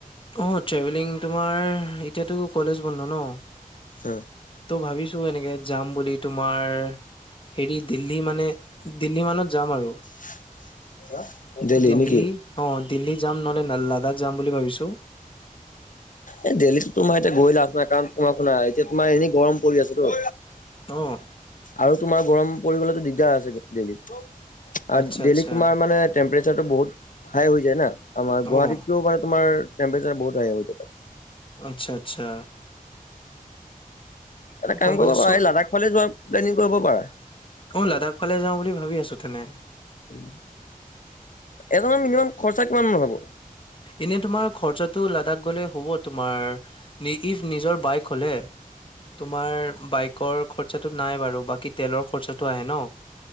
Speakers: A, on the left (about 35°); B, on the left (about 65°).
A: অঁ, ট্ৰেভেলিং তোমাৰ, এতিয়াতো কলেজ বন্ধ ন!
B: অ'
A: ত', ভাবিছো এনেকে যাম বুলি তোমাৰ, হেৰি দিল্লী মানে, দিল্লী মানত যাম আৰু।
B: <inaudible> দেল্লী
A: দিল্লী
B: নেকি! <unintelligible>
A: অ', দিল্লী যাম নহ'লে লাডাখ যাম বুলি ভাবিছো
B: এ, দেল্লীততো তোমাৰ এতিয়া গৈ লাভ নাই, কাৰণ তোমাৰ শুনা, এতিয়া তোমাৰ এনেই গৰম পৰি আছেতো।
A: অ',
B: আৰু তোমাৰ গৰম পৰিব গ'লেতো দিগদাৰ আছেগে দেল্হীত। আৰু
A: আচ্ছা
B: দেল্হীত
A: আচ্ছা
B: তোমাৰ মানে টেম্পাৰেচাৰটো বহুত হাই হৈ যায় না। আমাৰ গুৱাহাটীতকেও
A: অ'।
B: মানে তোমাৰ টেম্পৰেচাৰ বহুত হাই হৈ যায়।
A: আচ্ছা, আচ্ছা।
B: এটা কাম
A: গম পাইছো
B: কৰিব পাৰা,
A: চ
B: এই লাডাখ ফালে যোৱা প্লেনিং কৰিব পাৰা।
A: অ, লাডাখ ফালে যাওঁ বুলি ভাবি আছো তেনে।
B: <inaudible> এজনৰ মিনিমাম খৰচা কিমান মান হ'ব?
A: এনে তোমাৰ খৰচাটো লাডাখ গ'লে হ'ব তোমাৰ <unintelligible> নিজৰ বাইক হ'লে তোমাৰ বাইকৰ খৰচাটো নাই বাৰু, বাকী তেলৰ খৰচাটো আহে ন!